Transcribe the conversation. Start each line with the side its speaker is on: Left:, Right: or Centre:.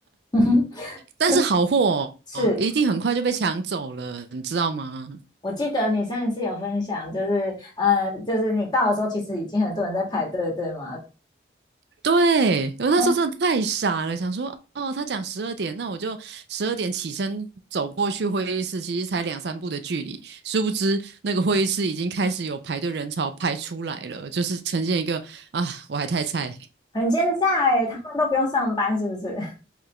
Left: 嗯 <laughs>
Right: 但是好货、
Left: 春是
Right: 哦、一定很快就被抢走了，你知道吗？
Left: 我记得你上一次有分享，就是呃，就是你到的时候，其实已经很多人在排队，对吗？
Right: 对，我那时候真的太傻了，
Left: 嗯，
Right: 想说哦，他讲十二点，那我就十二点起身走过去会议室，其实才两三步的距离，殊不知那个会议室已经开始有排队人潮排出来了，就是呈现一个啊，我还太菜，
Left: 很奸诈哎，他们都不用上班，是不是？